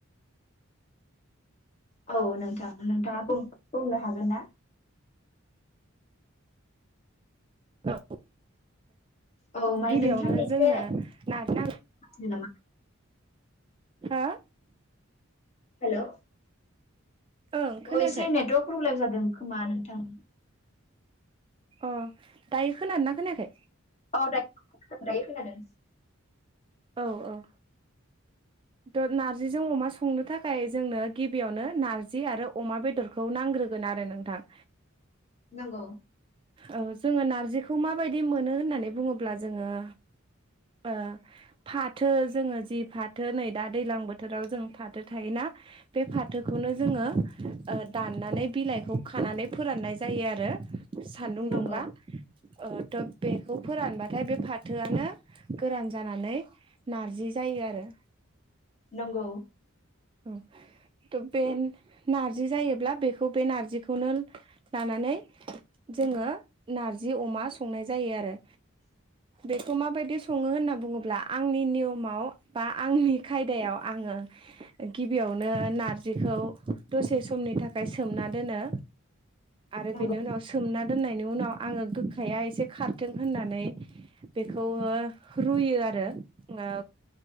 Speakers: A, on the left; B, on the right.
A: औ नोंथां नोंथाङा बुं बुंनो हागोनना
B: औ
A: औ माने
B: गिबियावनो
A: नोंथांनि एसे
B: जोंनो ना <unintelligible> नांगौ
A: नामा
B: हो
A: हेलौ
B: ओं खोनायाखै
A: ओ एसे नेटवार्क प्रब्लेम जादों खोमा नोंथां
B: अ दायो खोनादोना खोनायाखै?
A: अ दा दायो खोनादों।
B: औ औ
A: <inaudible>
B: थ' नारजिजों अमा संनो थाखाय जोंनो गिबियावनो नारजि आरो अमा बेदर खौ नांग्रोगोन आरो नोंथां।
A: नंगौ
B: ओ जोङो नारजिखौ माबायदि मोनो होननानै बुङोब्ला जोङो ओ फाथो जोङो जि फाथो नै दा दैज्लां बोथोराव जों फाथो थायोना बे फाथोखौनो जोङो ओ दाननानै बिलाइखौ खानानै फोराननाय जायो आरो। सान्दुं
A: नंगौ
B: दुंबा ओ त' बेखौ फोरानबाथाय बे फाथोआनो गोरान जानानै नारजि जायो आरो।
A: नंगौ
B: औ त' बे नारजि जायोब्ला बेखौ बे नारजिखौनो लानानै जोङो नारजि अमा संनाय जायो आरो
A: <inaudible>
B: बेखौ माबायदि सङो होनना बुङोब्ला आंनि नियमाव बा आंनि खायदायाव आङो
A: <inaudible>
B: गिबियावनो नारजिखौ दसे समनि थाखाय सोमना दोनो आरो
A: नंगौ
B: बेनि उनाव सोमना दोननायनि उनाव आङो गोखाया एसे खारथों होननानै बेखौ ओ रुयो आरो ओ